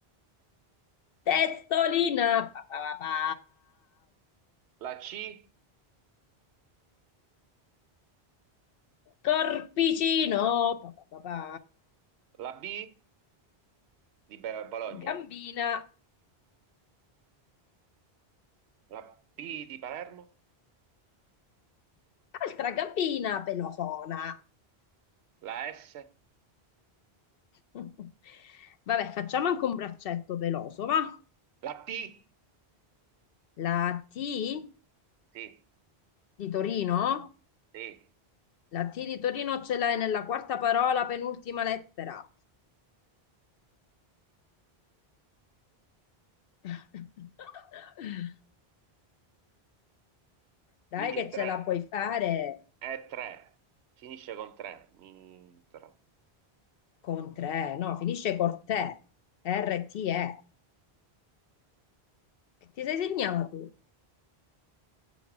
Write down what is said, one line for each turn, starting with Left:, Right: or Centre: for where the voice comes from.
Left: Testolina, pa, pa, pa, pa.
Right: La C?
Left: Corpicino, pa, pa, pa, pa.
Right: La B di Be- Bologna?
Left: Gambina,
Right: La P di Palermo?
Left: altra gambina pelosona.
Right: La S?
Left: <laughs> Vabbè, facciamo anche un braccetto peloso, va?
Right: La P?
Left: La T
Right: Sì,
Left: di Torino?
Right: sì.
Left: La T di Torino ce l'hai nella quarta parola, penultima lettera. <laughs> Dai
Right: Quindi
Left: che
Right: è tre.
Left: ce la puoi fare
Right: È tre. Finisce con tre. Mi, tro.
Left: con tre, no, finisce con te, R-T-E. Che ti sei segnato?